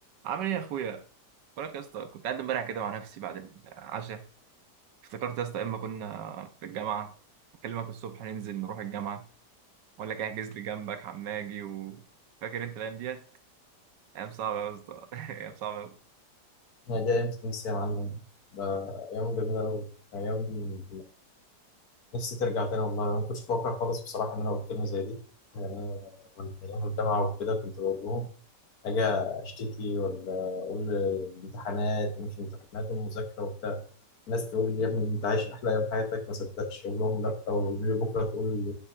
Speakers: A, on the right (about 85°); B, on the left (about 65°).
A: عامل ايه يا اخويا بقولك يا اسطى كنت قاعد امبارح كده مع نفسي بعد العشاء افتكرت يا اسطى اما كنا في الجامعه اكلمك الصبح ننزل نروح الجامعه ولا كان احجز لي جنبك حماجي وفاكر انت الايام ديت ايام صعبه يا اسطى <laughs> ايام صعبه أوي.
B: أنا جاي أيام تونس يا معلم ده أيام جميلة أوي أيام نفسي ترجع تاني والله أنا ما كنتش متوقع خالص بصراحة إن أنا قلت لهم زي دي يعني أنا وأنا أيام الجامعة وكده كنت بقول لهم أجي أشتكي ولا أقول الامتحانات ومش الامتحانات والمذاكرة وبتاع الناس تقول لي يا ابني أنت عايش أحلى أيام حياتك ما صدقتش أقول لهم لأ ويقولوا لي بكرة تقول